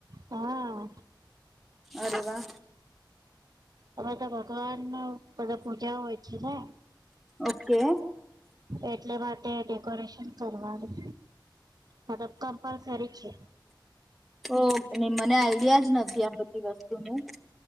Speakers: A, on the right; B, in the centre.
A: હા
B: અરે વા
A: હવે તો ભગવાન ન બધા પૂજા હોય
B: ઓકે
A: એટલે વાત તે ડેકોરેશન કરવાનું અ કંપલસરી છે
B: ઓકે નિમ્ મને આ વ્યાજ જ નથી આ બધી વસ્તુનું